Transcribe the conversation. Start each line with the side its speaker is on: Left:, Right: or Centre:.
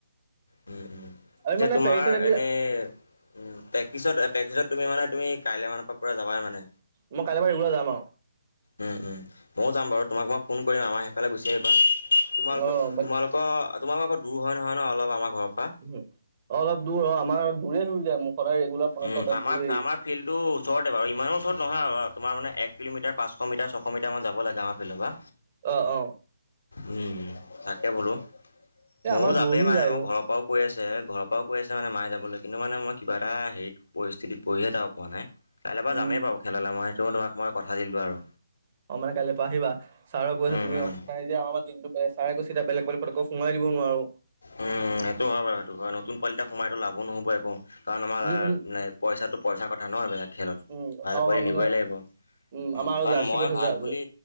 Left: ওম ওম
Right: আমি
Left: এতিয়া
Right: মানে
Left: তোমাৰ
Right: পেৰিছ হৈ থাকিলে
Left: এনেই, উম পেক্টিছত পেক্টিছত তুমি মানে তুমি কাইলে মানৰ পা পুৰা যাবাই মানে।
Right: মই কাইল পা এই পুৰা যাম আও।
Left: ওম ওম, মইয়ো যাম বাৰু তোমাক মই ফোন কৰিম আমাৰ সেইফালে গুচি আহিবা। তোমালোকক
Right: অ বাট
Left: তোমালোক ক তোমালোক আক দূৰ হয় নহয় ন অলপ আমাৰ ঘৰৰ পৰা।
Right: উম, অলপ দূৰ অ আমাৰ দূৰে হৈ যায় মোৰ সদায় ৰেগুলাৰ, পঞ্চাশ
Left: উম,
Right: টকা তেল
Left: টাৰ্ম
Right: পুৰেই
Left: আপ টাৰ্ম আপ ফিল্টো ওচৰতে বাৰু ইমানো ওচৰত নহয় আৰু তোমাৰ মানে এককিলোমিটাৰ পাঁচশ মিটাৰ ছশ মিটাৰমান যাব লাগে আমাৰ। সেই ফালৰ পা।
Right: অ অ।
Left: উ উ তাকে বোলো,
Right: এ
Left: মইয়ো
Right: আমাৰ
Left: যাপেই
Right: দূৰ হৈ
Left: মাৰে
Right: যায়
Left: মোৰ ঘৰৰ পৰাও, কৈ আছে ঘৰৰ পৰা কৈ আছে মানে মায়ে যাবলে কিন্তু মানে মই, কিবা এটা হেৰি পৰিস্থিতিত পৰিহে যাব পৰা নাই। কাইলে পা
Right: উম
Left: যামেই বাৰু খেললে মই সেইটো তোমাক মই কথা দিলো আৰু।
Right: অ মানে কাললৈ পৰা আহিবা। ছাৰে কৈ আছে
Left: উম
Right: তুমি
Left: উম
Right: আহা নাই যে <inaudible> টিমটোত, ছাৰে কৈছে এতিয়া এ বেলেগ বেলেগ পতকে সোমাই দিব নোৱাৰো।
Left: উম সেইটো হয় বাৰু সেইটো হয়, নতুন পোৱালি এটা সোমাইতো লাভো নহ'ব একো, কাৰণ আমাৰ
Right: উম উম
Left: পইচাটো পইচা কথা ন এইবিলাক। খেলত
Right: উম
Left: ভাল
Right: আৰু
Left: কৰি
Right: মানে
Left: নিবই লাগিব,
Right: উম
Left: অঁ
Right: আমাৰ আৰু
Left: কাৰণ
Right: জাৰ্চি
Left: মই
Right: কথা
Left: ভাল
Right: জা
Left: বুলি
Right: জা